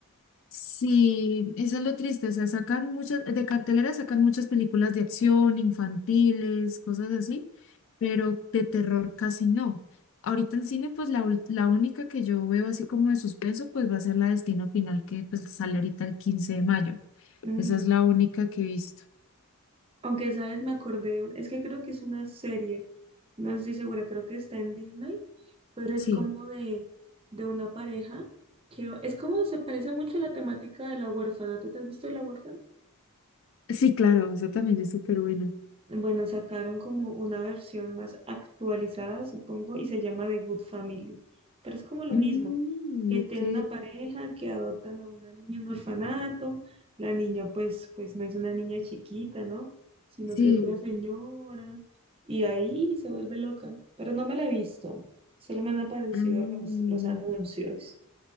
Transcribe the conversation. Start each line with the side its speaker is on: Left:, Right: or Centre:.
Left: Sí, eso es lo triste, o sea, sacan muchas, de cartelera sacan muchas películas de acción, infantiles, cosas así, pero de terror casi no. Ahorita en cine, pues la, ul- la única que yo veo así como de suspenso, pues va a ser la Destino Final, que pues sale ahorita el 15 de mayo.
Right: Mm,
Left: Esa es la única que he visto.
Right: Aunque, ¿sabes? Me acordé, es que creo que es una serie, no estoy segura, creo que está en Disney pero
Left: Sí,
Right: es como de, de una pareja que es como se parece mucho a la temática de La Huérfana. ¿Tú te has visto La Huérfana?
Left: sí, claro, esa también es súper buena.
Right: Bueno, sacaron como una versión más actualizada, supongo, y se llama The Good Family. Pero es como lo
Left: Mm,
Right: mismo, que
Left: ok,
Right: tiene una pareja que adoptan a una niña en un orfanato, la niña pues, pues no es una niña chiquita, ¿no? Sino
Left: sí.
Right: que es una señora, y ahí se vuelve loca. Pero no me la he visto, solo me han aparecido
Left: mm,
Right: los, los anuncios.